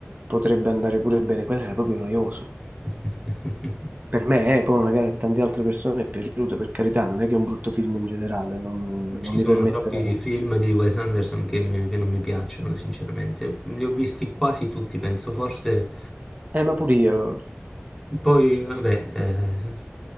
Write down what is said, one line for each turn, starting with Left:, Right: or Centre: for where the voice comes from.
Right: potrebbe andare pure bene. Quello era proprio noioso.
Centre: <laughs>
Right: Per me, eh, poi magari a tante altre persone è piaciuto, per carità, non è che è un brutto film in generale, non,
Centre: Non
Right: non
Centre: ci
Right: mi
Centre: sono
Right: permetterei.
Centre: troppi film di Wes Anderson che, mi- che non mi piacciono, sinceramente. Li ho visti quasi tutti, penso. Forse
Right: Eh, ma pure io.
Centre: poi, vabbè, eh,